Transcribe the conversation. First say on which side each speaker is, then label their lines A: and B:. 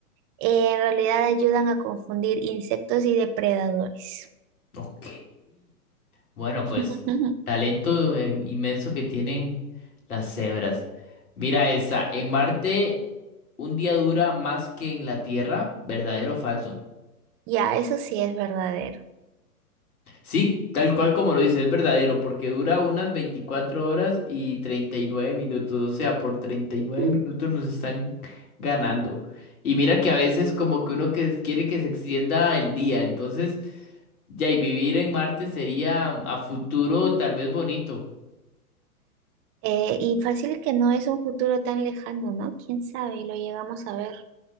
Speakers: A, on the right (about 25°); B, on the left (about 70°).
A: Eh, en realidad ayudan a confundir insectos y depredadores.
B: Ok, bueno, pues
A: <laughs>
B: talento em, inmenso que tienen las cebras. Mira esa, en Marte un día dura más que en la Tierra, ¿verdadero o falso?
A: Ya, eso sí es verdadero.
B: Sí, tal cual como lo dice es verdadero, porque dura unas 24 horas y 39 minutos, o sea, por treinta y nueve
A: Mm.
B: minutos nos están ganando. Y mira que a veces como que uno que quiere que se extienda el día, entonces ya y vivir en Marte sería a futuro tal vez bonito.
A: Eh, y fácil que no es un futuro tan lejano, ¿no? Quién sabe, y lo llegamos a ver.